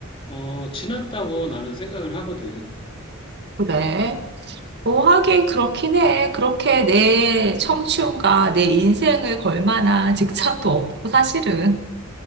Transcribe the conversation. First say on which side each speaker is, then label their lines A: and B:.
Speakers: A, on the left (about 25°); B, on the right (about 55°).
A: 어, 지났다고 나는 생각을 하거든.
B: 그래. 어, 하긴 그렇긴 해. 그렇게 내 청춘과 내 인생을 걸 만한 직장도 없고, 사실은.